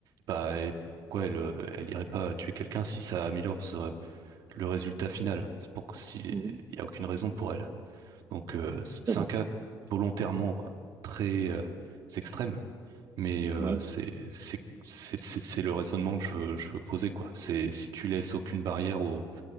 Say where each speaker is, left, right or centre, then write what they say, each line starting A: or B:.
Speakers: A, on the right; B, on the right.
A: bah, euh, pourquoi elle, euh, elle irait pas tuer quelqu'un si ça améliore ce- le résultat final? C'est pour que si,
B: Mhm.
A: il y a aucune raison pour elle. Donc, euh, c- c'est
B: C'est bon.
A: un cas volontairement très euh, extrême, mais euh,
B: Ouais,
A: c'est, c'est, c'est, c'est- c'est le raisonnement que je veux, je veux poser, quoi. C'est si tu laisses aucune barrière au